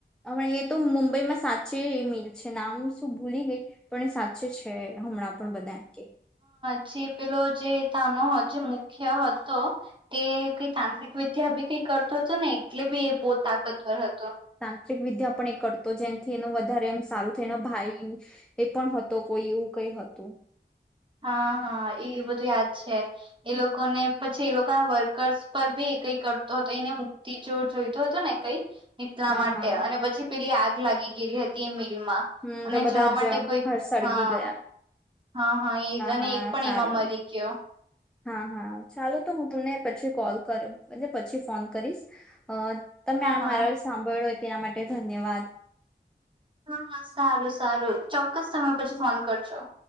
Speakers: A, in the centre; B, on the right.
A: હ એ તો મુંબઈમાં સાચે મિલ છે નામ શું ભૂલી ગઈ પણ એ સાચે છે છે હમણાં પણ બધા એમ કે
B: પછી પેલો જે તાનો જે મુખ્ય હતો તે કઈ તાંત્રિક વિદ્યા બી કઈ કરતો હતો એટલે બી એ બો તાકતવર હતો
A: તાત્રિક વિદ્યા પણ એ કરતો જેમથી એનો ઘારે એમ સારું થઈને ભાઈ એ પણ હતો કોઈ એવું કઈ હતું
B: હા હા એ બધું યાદ છે એ લોકોને પછી એ લોકો ના વર્કર્સ પર બી એ કઈ કરતો હતો એને મુક્તિ જોવ જોઈતો હતો ને કઈ એટલા
A: હા
B: માટે
A: હા
B: અને પછી પેલી આ લાગી ગયલી હતી એ એમાં
A: હમ
B: અને
A: તો બધા
B: જવા
A: જ
B: માટે કોઈ
A: હળ સળગી
B: હા
A: ગયા
B: હા હા એજ અને
A: હા
B: એ પણ
A: સારું.
B: એમાં મરી ગયો
A: હા હા ચાલ તો હું તમને પછી કોલ કરુ અને પછી ફોન કરીશ અ તમે
B: હા
A: આ
B: હા
A: મારા સાંભળો તેના માટે ધન્યવાદ
B: હા હા સારું સારું ચોક્કસ તમે પછી ફોન કરજો